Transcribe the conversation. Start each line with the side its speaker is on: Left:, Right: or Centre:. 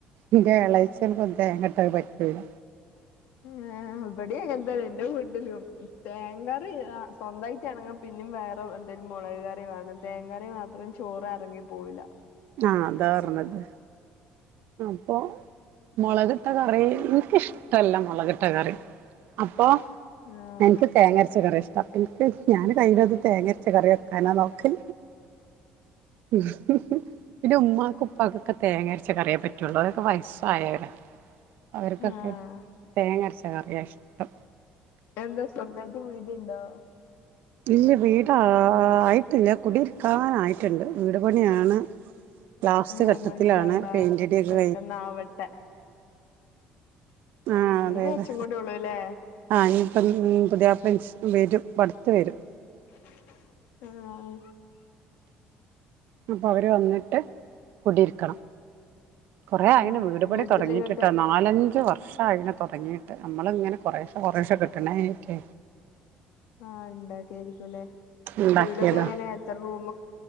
Right: എന്റെ എളച്ചൻക്കൊന്നും തേങ്ങ ഇട്ടത് പറ്റില്ല
Left: <inaudible> <unintelligible> ഇവിടെ അങ്ങനെ തന്നെ എന്റെ വീട്ടിലും തേങ്ങ സ്വന്തമായിട്ടാണങ്ങ പിന്നെ വേറെ എന്തരു മുളക് കറി വേണം തേങ്ങ കറി മാത്രം ചോറ് ഇറങ്ങി പോവില്ല
Right: ആഹ് അതാ പറഞ്ഞത് അപ്പൊ മുളകിട്ട കറി എനിക്കിഷ്ടല്ല- മുളകിട്ട കറി അപ്പൊ
Left: ആഹ്
Right: എനിക്ക് തേങ്ങ അരച്ച കുറ ഇഷ്ടം പപ്പ എനിക്ക് ഞാൻ കയ്യിലത് തേങ്ങ അരച്ച കറി വെക്കാനാ നോക്കി മ് മ്മ് പിന്നെ ഉമ്മാക്ക ഉപ്പക്കൊക്കെ തേങ്ങ പറ്റുള്ളൂെ വയസ്സായവരെ അവർക്കൊക്കെ
Left: ആഹ്
Right: തേങ്ങ അരച്ച കറിയ ഇഷ്ടം
Left: എന്താ സൊന്തായ്റ്റ് വീട്ണ്ടോ
Right: ഇല്ല വീടായിട്ടില്ല കുടിയിരിക്കാനായിട്ട്ണ്ട് വീട് പണിയാണ് ലാസ്റ്റ്
Left: ആഹ
Right: ഘട്ടത്തിലാണ്
Left: മഷാഅല്ലാഹ്
Right: പെയിന്റടിയൊക്കെ
Left: പെട്ടന്ന ആവട്ടെ
Right: ആ അതെതെ
Left: കൊറച്ചും കൂടി ഉള്ളൂല്ലേ
Right: ആ ഞ്ഞി അപ്പം പുതിയ ഇൻസ് ഫ്രൻസ് വരും പടുത്ത വരും
Left: ആ
Right: അപ്പവര് വന്ന്ട്ട് കുൂടിയിരിക്കണം കുറേ അയന്
Left: ആഹ്
Right: വീടുപണി
Left: വീട്ടിലിങ്ങട്ട്
Right: തുടങ്ങിയിട്ടിട്ട നാലഞ്ച് വർഷം ർഷായിന് തൊടങ്ങിട്ട് നമ്മള്ങ്ങനെ കൊറേശെ കൊറേശെ കെട്ട്നായിട്ടെ
Left: ആഹ ഉണ്ടാക്കെയിരിക്കുംല്ലേ
Right: ഉണ്ടാക്കിയതാ
Left: വീടൊക്കെ എങ്ങനെ എത്ര റൂമ